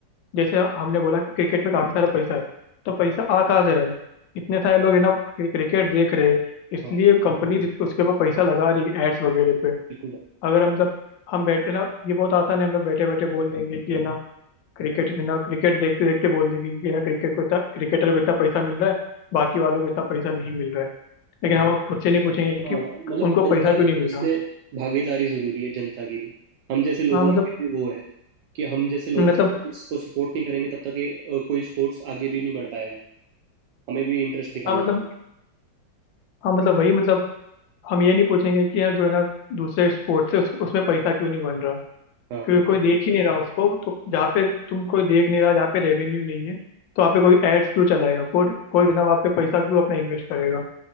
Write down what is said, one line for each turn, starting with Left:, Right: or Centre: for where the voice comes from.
Left: जैसे हमने बोला कि क्रिकेट में काफी सारा पैसा है तो पैसा आ कहाँ से रहा है इतने सारे लोग है ना क्रि- क्रिकेट देख रहे हैं इसलिए
Right: हाँ
Left: कंपनी उसके ऊपर पैसा लगा रही है एड्स वगैरह पे
Right: बिल्कुल भाई
Left: अगर हम मतलब हम बैठे ना ये बहुत आसान है हम लोग बैठे बैठे बोल देंगे कि है ना क्रिकेट है ना क्रिकेट देखते देखते बोल देंगे कि है ना क्रिकेट को इतना क्रिकेटर को इतना पैसा मिल रहा है बाकी वालों को इतना पैसा नहीं मिल रहा है लेकिन हम खुद से नहीं पूछेंगे कि
Right: हाँ मतलब
Left: उनको
Right: जनता
Left: पैसा क्यों
Right: का
Left: नहीं मिल
Right: भी इसमें
Left: रहा
Right: भागीदारी जरूरी है जनता की भी हम जैसे लोगों
Left: हाँ मतलब
Right: की भी वो है कि हम जैसे लोग
Left: मतलब
Right: जब तक इसको सपोर्ट नहीं करेंगे तब तक ये अ, कोई स्पोर्ट्स आगे भी नहीं बढ़ पाएगा हमें भी इंटरेस्ट दिखाना
Left: हाँ मतलब
Right: चाहिए
Left: हाँ मतलब वही मतलब हम ये नहीं पूछेंगे कि यार जो है ना दूसरे स्पोर्ट से उस, उसमें पैसा क्यों नहीं बन रहा
Right: हाँ
Left: क्योंकि कोई देख ही नहीं रहा उसको तो जहाँ पे तुम कोई देख नहीं रहा जहाँ पे रेवेन्यू नहीं है तो वहाँ पे कोई एड्स क्यों चलाएगा कोई कोई है ना वहाँ पे पैसा क्यों अपना इन्वेस्ट करेगा